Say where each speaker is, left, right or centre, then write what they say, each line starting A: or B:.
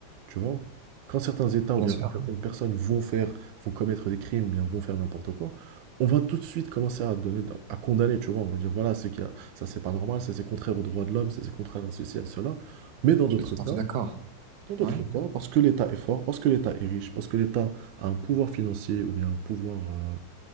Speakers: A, on the right (about 80°); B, on the right (about 65°).
A: Tu vois? Quand certains États ou
B: bien
A: bien
B: sûr.
A: quand certaines personnes vont faire, vont commettre des crimes ou bien vont faire n'importe quoi, on va tout de suite commencer à donner, à condamner, tu vois. On va dire voilà, c'est qu'il y a- ça c'est pas normal, ça c'est contraire aux droits de l'homme, ça c'est contraire à ceci, à cela. Mais dans d'autres
B: Je suis tout
A: cas,
B: à fait d'accord.
A: dans d'autres
B: Ouais.
A: cas, parce que l'État est fort, parce que l'État est riche, parce que l'État a un pouvoir financier ou bien un pouvoir euh,